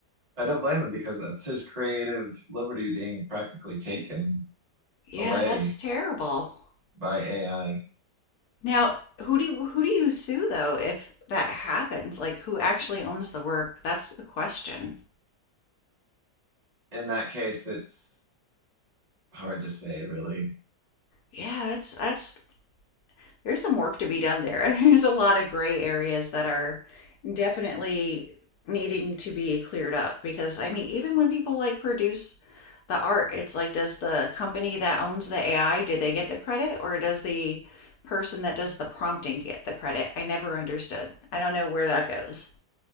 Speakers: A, on the right (about 25°); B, on the left (about 65°).
A: I don't blame him because that's his creative liberty being practically taken
B: Yeah,
A: away
B: that's terrible.
A: by AI.
B: Now, who do you, who do you sue though if that happens? Like who actually owns the work? That's the question.
A: In that case, it's hard to say, really.
B: Yeah, that's that's there's some work to be done there. <laughs> There's a lot of gray areas that are definitely needing to be cleared up because I mean, even when people like produce the art, it's like, does the company that owns the AI, do they get the credit or does the person that does the prompting get the credit? I never understood. I don't know where that goes.